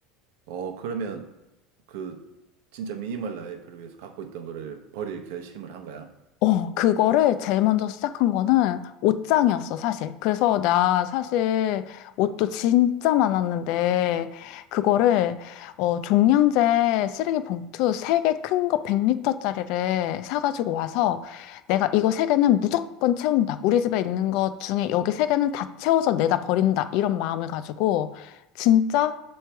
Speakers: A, on the right; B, on the left.
A: 어, 그러면 그 진짜 미니멀 라이프를 위해서 갖고 있던 거를 버릴 결심을 한 거야?
B: 어, 그거를 제일 먼저 시작한 거는 옷장이었어, 사실. 그래서 나 사실 옷도 진짜 많았는데, 그거를, 어, 종량제 쓰레기 봉투 3개 큰 거 100리터짜리를 사가지고 와서, 내가 이거 3개는 무조건 채운다. 우리 집에 있는 것 중에 여기 3개는 다 채워서 내다 버린다. 이런 마음을 가지고, 진짜,